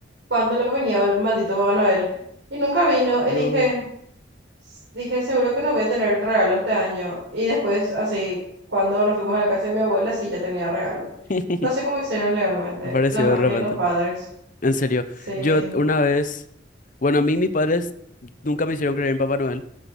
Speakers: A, on the right; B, on the left.
A: cuándo lo que venía el maldito Papá Noel. Y nunca vino y
B: Yo,
A: dije, s- dije, seguro que no voy a tener el regalo este año. Y después, así, cuando nos fuimos a la casa de mi abuela, sí, ya tenía regalo.
B: <laughs>
A: No sé cómo hicieron legalmente.
B: Apareció
A: La magia
B: de repente.
A: de los padres.
B: En serio,
A: Sí.
B: yo una vez, bueno, a mí mis padres nunca me hicieron creer en Papá Noel,